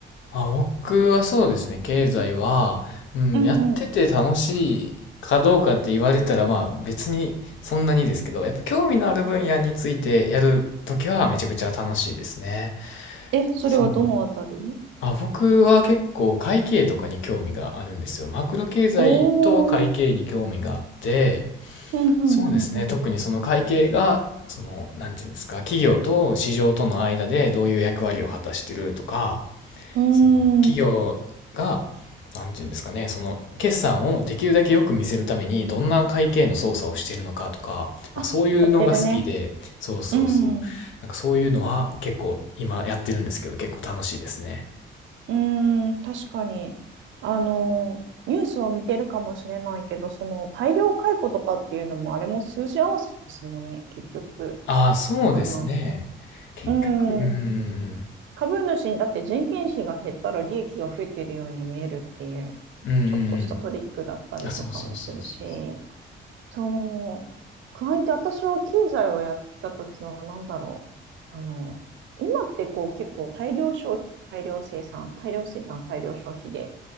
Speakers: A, on the left; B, on the right.
A: あ、僕はそうですね。経済は、うん、
B: うんうん。
A: やってて楽しいかどうかって言われたら、まあ別にそんなにですけど、やっぱ興味のある分野についてやるときはめちゃくちゃ楽しいですね。
B: え、それはどのあたり
A: そうあ、僕は結構会計とかに興味があるんですよ。マクロ経済と会計に興味があって、
B: おー、うんうんうん
A: そうですね。特にその会計が、その、なんていうんですか、企業と市場との間でどういう役割を果たしてるとか、
B: うーん。
A: その企業が、なんていうんですかね、その決算をできるだけよく見せるためにどんな会計の操作をしてるのかとか、
B: あ、
A: まあそういうのが好きで、
B: やってるね。
A: そうそうそう。
B: うん。う
A: なんかそういうのは結構今やってるんですけど、結構楽しいですね。
B: ーん、確かに。あの、ニュースを見てるかもしれないけど、その大量解雇とかっていうのも、あれも数字合わせですもんね、結局。
A: ああ、そうですね。
B: あの、
A: 結局、
B: うん。
A: うん
B: 株主にだって人件費が減ったら利益が増えてるように見えるっていう、
A: うんうん。うんうんうん。
B: ちょっとしたトリックだったりとかもするし。
A: あ、そうそうそうそ
B: そう。加えて私は経済をやってた時は何だろう。あの、今ってこう結構大量消費、大量生産、大量生産、大量消費で